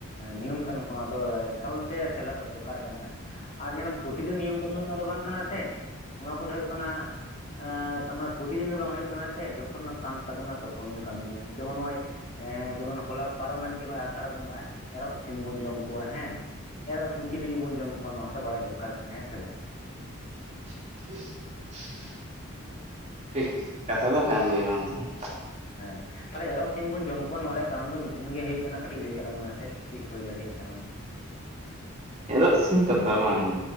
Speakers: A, on the left; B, on the right.
A: ᱱᱤᱭᱚᱢ ᱠᱟᱱ ᱠᱚ ᱟᱫᱚ ᱮᱠᱟᱞᱛᱮ ᱥᱮᱞᱮ ᱫᱚᱜ ᱫᱚᱨᱠᱟᱨ ᱠᱟᱱᱟ᱾ ᱟᱨ ᱧᱮᱞᱢ ᱯᱨᱚᱛᱤ ᱫᱤᱱ ᱱᱤᱭᱚᱢ ᱠᱟᱹᱱᱩᱱ ᱚᱱᱟ ᱫᱚ ᱵᱟᱝ ᱠᱟᱱᱟ ᱥᱮ ᱱᱚᱣᱟ ᱠᱚᱫᱚ ᱦᱩᱭᱩᱜ ᱠᱟᱱᱟ, ᱛᱮ ᱯᱨᱚᱛᱤ ᱫᱤᱱ ᱫᱚ ᱵᱟᱝ ᱦ ᱦᱩᱭᱩᱜᱜ ᱠᱟᱱᱟ ᱥᱮ ᱡᱚᱠᱷᱚᱱ ᱠᱟᱱ ᱛᱟᱵᱚᱱᱟ ᱛᱚᱠᱷᱚᱱ ᱵᱚᱱ ᱠᱟᱹᱢᱤᱭᱟ᱾ ᱡᱮᱢᱚᱱ ᱱᱚᱜᱼᱚᱭ ᱮ ᱡᱮᱢ ᱦᱚᱞᱟ ᱯᱟᱨᱚᱢᱮᱱ ᱜᱮ ᱱᱚᱜᱼᱚᱭ ᱟᱥᱟᱲ ᱵᱚᱸᱜᱟ᱾ ᱮᱨᱚᱜ ᱥᱤᱢ ᱵᱚᱱ ᱡᱚᱢ ᱠᱚᱣᱟ ᱦᱮᱸ ᱮᱨᱚᱜ ᱥᱤᱢ ᱪᱤᱞᱤ ᱜᱮᱵᱚᱱ ᱡᱚᱢ ᱠᱚᱣᱟ ᱱᱚᱣᱟ ᱦᱚᱸᱛᱚ ᱵᱟᱲᱟᱭ ᱫᱚᱨᱠᱟᱨ ᱠᱟᱱᱟ ᱦᱮᱸ ᱥᱮ ᱵᱟᱝ?
B: <inaudible> ᱴᱷᱤᱠ ᱠᱟᱛᱷᱟ ᱫᱚ ᱠᱟᱱ ᱜᱮᱭᱟ ᱵᱟᱝ ᱫᱚ <unintelligible>
A: ᱦᱮᱸ ᱛᱟᱦᱚᱞᱮ ᱮᱨᱚᱜ ᱥᱤᱢ ᱵᱚᱱ ᱡᱚᱢ ᱠᱚᱣᱟ ᱱᱚᱣᱟ ᱨᱮᱭᱟᱜ ᱠᱟᱨᱚᱱ ᱫᱚ ᱢᱤᱫᱴᱮᱱ ᱜᱮ ᱦᱩᱭᱩᱜ ᱠᱟᱱᱟ ᱠᱟᱹᱴᱤᱡ ᱞᱟᱹᱭ ᱛᱟᱞᱟᱝ ᱢᱮᱥᱮ ᱪᱮᱫ ᱦᱩᱭ ᱫᱟᱲᱮᱼᱟ ᱛᱟᱱᱮ?
B: ᱮᱫᱟᱜ ᱥᱤᱢ ᱠᱟᱛᱷᱟ ᱵᱟᱝ